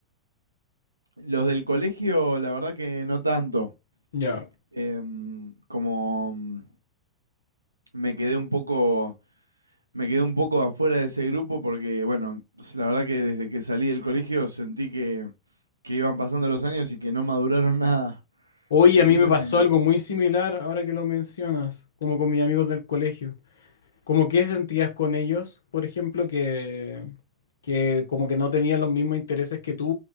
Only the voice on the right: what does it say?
Los del colegio, la verdad que no tanto.
Em, como mm, me quedé un poco, me quedé un poco afuera de ese grupo porque, bueno, s- la verdad que desde que salí del colegio sentí que, que iban pasando los años y que no maduraron <laughs> nada.
Entonces
me,